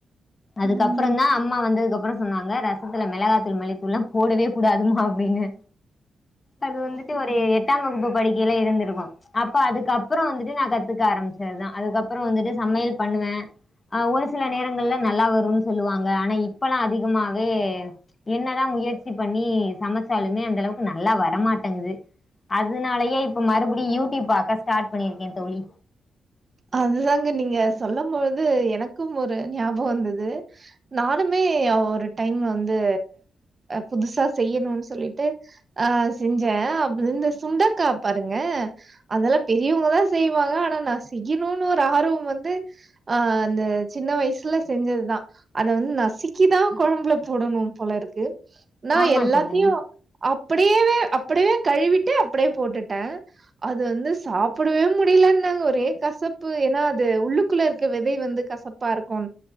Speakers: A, on the left; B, on the right.
A: அதுக்கப்றொந்தா
B: ம் ம்
A: அம்மா வந்ததுக்கப் அப்பறொ சொன்னாங்க ரசத்துல மெளகாத்தூள் மலித்தூள்லா போடவே கூடாதுமா அப்டின்னு அது வந்துட்டு ஒரு எட்டாம் வகுப்பு படிக்கையில இருந்திருக்கு அப்ப அதுக்கப்றொ வந்துட்டு நா கத்துக்க ஆரம்பிச்சதுதா அதுக்கப்பறொ வந்துட்டு சமையல் பண்ணுவே அஹ் ஒரு சில நேரங்கள்ல நல்லா வரூனு சொல்லுவாங்க ஆனா இப்பல்லா அதிகமாவே என்னதா முயற்சி பண்ணி சமச்சாலுமே அந்தளவுக்கு நல்லா வர ரமாட்டேங்குது அதுனாலயே இப்ப மறுபடியு யூடியூப் பாக்க ஸ்டார்ட் பண்ணிருக்கே தோழி
B: அதுதாங்க நீங்க சொல்லம்பொழுது எனக்கும் ஒரு ஞாபகொந்தது நானுமே ஒரு டைம்ல வந்து புதுசா செய்யணுன் சொல்லிட்டு ஆஹ் செஞ்சே அப்ப இந்த சுண்டக்கா பாருங்க அதெல்லா பெரியவங்கதா செய்வாங்க ஆனா நா செ செய்யணூனு ஒரு ஆர்வம் வந்து அஹ் அந்த சின்ன வயசுல செஞ்சதுதா அத வந்து நசிக்கிதா கொழம்புல போடணு போல இருக்கு நா
A: ஆமா
B: எல்லாத்தையு
A: தோழி
B: அப் அப்டியேவே அப்டியேவே கழுவிட்டு அப்டியே போட்டுட்டே அது வந்து சாப்புடவே முடியலனாங்க ஒரே கசப்பு ஏன்னா அது உள்ளுக்குள்ள இருக்க விதை வந்து கசப்பாருக்குன்